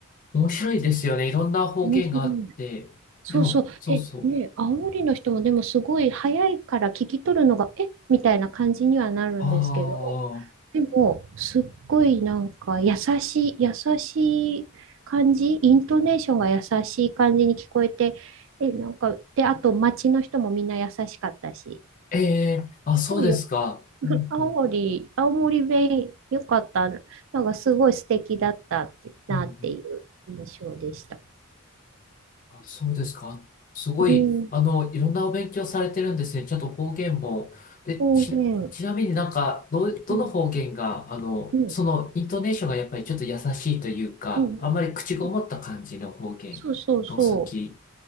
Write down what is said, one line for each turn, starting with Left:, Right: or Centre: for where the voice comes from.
Left: 面白いですよね。いろんな方言があって。
Right: 面白い。そうそう。
Left: でも、そうそう。
Right: で、ね、煽りの人もでもすごい早いから聞き取るのが、えみたいな感じにはなるんですけど、
Left: ああ、
Right: でも、すっごいなんか優しい、優しい感じ、イントネーションが優しい感じに聞こえて、え、なんか、で、あと街の人もみんな優しかったし、
Left: ええ、あ、
Right: すごいよ、
Left: そうですか。うん、
Right: 青森、
Left: うん、うん。
Right: 青森弁良かった、なんかすごい素敵だったってなっていう印象でした。
Left: うんうんあ、そうですか。すごい、
Right: うん、
Left: あの、いろんなお勉強されてるんですね。ちゃんと方言も。で、
Right: 方言、
Left: ちな、ちなみになんか、どう、どの方言が、
Right: うん、
Left: あの、
Right: うん。
Left: その、イントネーションがやっぱりちょっと優しいというか、
Right: うん
Left: あんまり口ごもった感じの方言がお好き。
Right: うんそうそうそう。